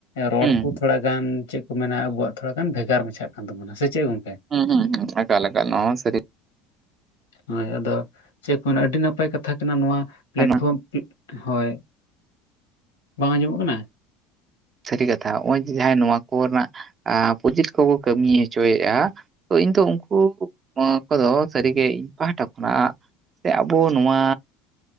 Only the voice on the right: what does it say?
ᱦᱩᱸ
ᱦᱩᱸ ᱦᱩᱸ ᱦᱩᱸ ᱮᱠᱟᱞ ᱮᱠᱟᱞ ᱥᱟ. ᱨᱤᱼᱼᱼ
ᱠᱟᱱᱟ
ᱥᱟᱹᱨᱤ ᱠᱟᱛᱷᱟ ᱱᱚᱜ-ᱚᱭ ᱡᱮ ᱡᱟᱦᱟᱸᱭ ᱱᱚᱣᱟ ᱠᱚᱨᱮᱱᱟᱜ ᱯᱨᱚᱡᱮᱠᱴ ᱠᱚᱠᱚ ᱠᱟᱹᱢᱤ ᱦᱚᱪᱚᱭᱮᱫᱼᱟᱼᱼ ᱛᱚ ᱤᱧ ᱫᱚ ᱩᱱᱠᱩ ᱠᱚᱫᱚ ᱥᱟᱹᱨᱤᱜᱮ ᱤᱧ ᱯᱟᱦᱴᱟ ᱠᱷᱚᱱᱟᱜᱼᱼᱼ ᱥᱮ ᱟᱵᱚ ᱱᱚᱣᱟᱼᱼᱼ